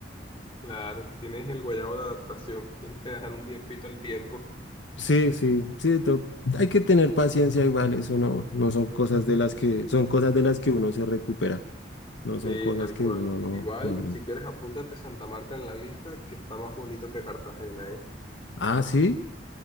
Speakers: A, on the left; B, on the left.
A: claro. Tienes el guayabo de adaptación. Tienes que dejar un tiempito al tiempo.
B: Sí, sí, sí, to- hay que tener paciencia igual, eso no, no son cosas de las que, son cosas de las que uno se recupera, no
A: Sí,
B: son cosas
A: tal
B: que
A: cual.
B: uno no.
A: Igual,
B: mm.
A: si quieres, apúntate Santa Marta en la lista, que está más bonito que Cartagena, ¿eh?
B: Ah, sí,